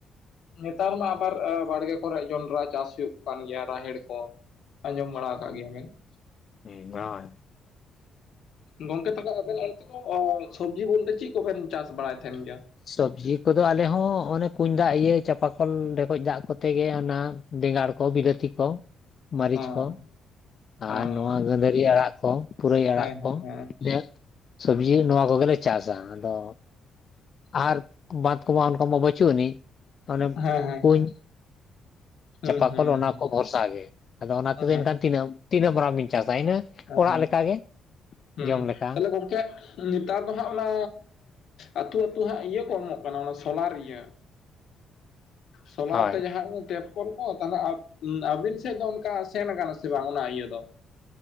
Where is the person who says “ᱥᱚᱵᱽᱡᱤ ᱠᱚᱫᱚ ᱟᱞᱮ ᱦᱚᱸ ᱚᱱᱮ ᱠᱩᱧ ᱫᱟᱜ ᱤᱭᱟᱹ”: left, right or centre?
Left